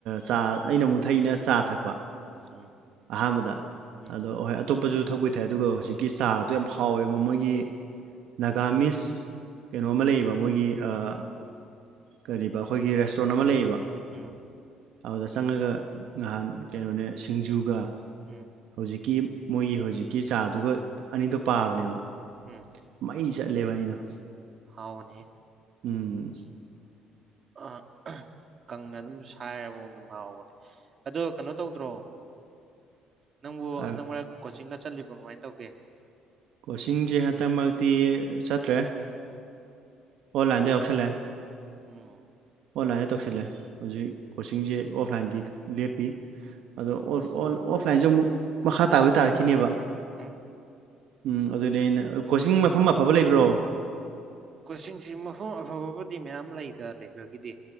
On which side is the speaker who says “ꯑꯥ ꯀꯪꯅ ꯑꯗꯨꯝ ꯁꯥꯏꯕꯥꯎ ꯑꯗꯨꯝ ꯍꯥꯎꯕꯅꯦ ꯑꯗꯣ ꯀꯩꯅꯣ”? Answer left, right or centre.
Right